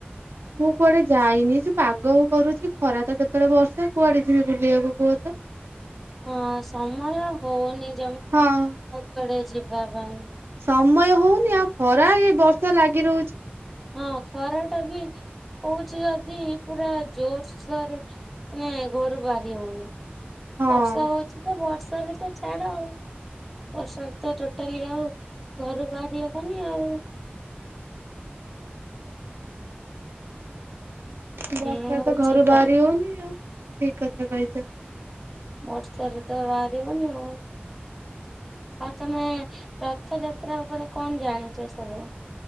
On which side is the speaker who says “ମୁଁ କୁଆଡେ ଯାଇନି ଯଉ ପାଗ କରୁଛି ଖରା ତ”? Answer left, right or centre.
Right